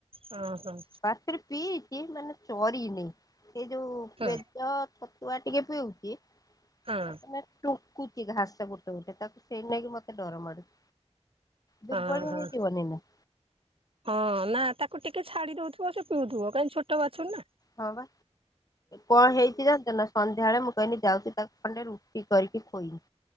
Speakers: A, on the right (about 50°); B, on the left (about 30°).
A: ହଁ ହଁ।
B: ବାଛୁରୀ ପିଇଚି ମାନେ ଚରିନି ସେଯୋଉ
A: ହଁ
B: ପେଜ ଛ ତୁଆ ଟିକେ ପିଉଚି <unintelligible>
A: ହଁ
B: କୁଚି ଘାସ ଗୋଟେ ଗୋଟେ ତାକୁ ସେଇ ନାଗି ମୋତେ ଡର ମାଡ଼ୁଚି। ଦୁର୍ବଳ
A: ହଁ ହଁ
B: ହେଇଯିବନିନା।
A: ହଁ ନା ତାକୁ ଟିକେ ଛାଡି ଦଉଥିବ ସେ ପିଉଥିବ କାଇଁ ଛୋଟ ବାଛରୀନା।
B: ହଁ ବା। କଣ ହେଇଚି ଯାଣିଚନା ସନ୍ଧ୍ୟାବେଳେ ମୁଁ କହିଲି ଯାଉଚି ତାକୁ ଖଣ୍ଡେ ରୁଟି କରିକି ଖୋଇମି।